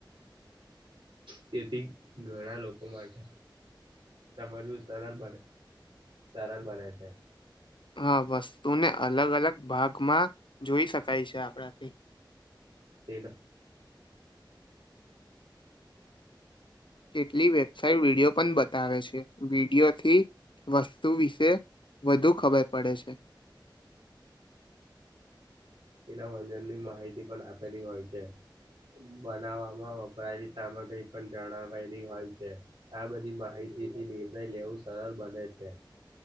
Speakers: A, on the right; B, on the left.
A: તેથી ઘણા લોકો માટે સમજવું સરળ બને સરળ બને છે
B: હા વસ્તુને અલગ અલગ ભાગમાં જોઈ શકાય છે આપણાથી
A: તેના
B: કેટલી વેબસાઇટ વિડિયો બતાવે છે વિડિયોથી વસ્તુ વિશે વધુ ખબર પડે છે
A: એના વજનની માહિતી પણ આપેલી હોય છે બનાવામાં વપરાયેલી સામગ્રી પણ જણાવેલી હોય છે આ બધી માહિતી થી નિર્ણય લેવું સરળ બને છે